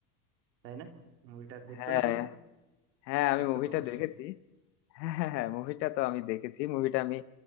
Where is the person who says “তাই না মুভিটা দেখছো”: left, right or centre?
Right